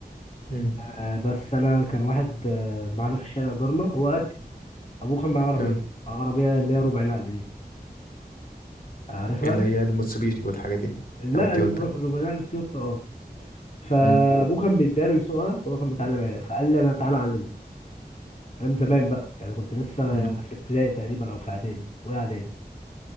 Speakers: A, on the left; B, on the left.
A: امم
B: آه بس انا كان واحد آه معانا في الشارع جارنا هو قدي ابوه كان معاه عربيه
A: آه.
B: آه، عربيه اللي هي ربع نقل دي عارفها
A: اللي هي الموتسوبيشي والحاجات دي
B: لا
A: او التويوتا
B: الر- ربع نقل التويوتا اه فابوه
A: امم
B: كان بيداله يسوقها هو كان متعلم يعني فقال لي انا تعالى اعلمك فاهم زمان بقى يعني كنت لسه
A: امم
B: في ابتدائي تقريبا او في اعدادي اولى اعدادي